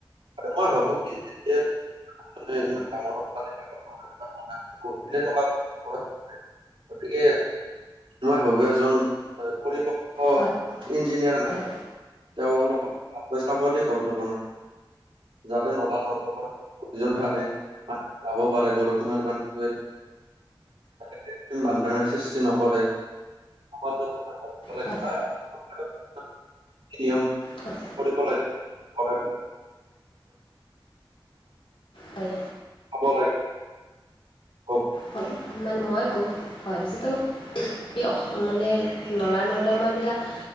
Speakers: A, on the right; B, on the left.
A: হয়ঁ মই ভাবো কি যেতিয়া মানে ডাঙৰ পোলিৱা হ'লে ধেই টকা ঘটিব পাৰে গতিকে মই ভাবো এজন পৰিপক্ক
B: হয়
A: ইঞ্জিনিয়াৰ- মাত
B: হয়
A: তেওঁলোকৰ চাব দি ঘৰটো বনওঁ যাতে নলা নৰ্দমাৰ খতিজন থাকে। পানীটো যাৱ পাৰে বৰষুণৰ পানীটোৱে। প্ৰকৃতো বানপানীৰ সৃষ্টি নকৰে সমাজৰ কথা ভাবে। ক'লে
B: হয়
A: তাৰ নিয়ম
B: হয়
A: কৰিব লাগে ঘৰে ঘৰে
B: হয়ঁ!
A: হ'ব লাগিব অঁ!
B: হয় মানে মই ক হয় যটো এই অসম মানে নলা নৰ্দমা বিলাক-